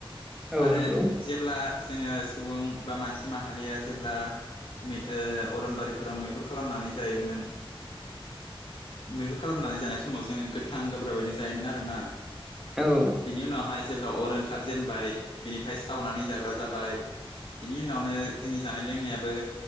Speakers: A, in the centre; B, on the left.
A: औ
B: आरो
A: नंगौ
B: जेब्ला जोङो सुबुं बा मानसि माहारिया जेब्ला मै ओ अरनबारिफोराव मैहुर खालामनानै जायोमोन मैहुर खालामनानै जानाय समाव जोङो गोथां गोब्राबैनो जायोमोन आरोना
A: औ
B: बिनि उनावहाय जेब्ला अर ओंखारजेनबाय बिनिफ्राय सावनानै जाग्रा जाबाय बिनि उनावनो जोंनि जानाय लोंनायाबो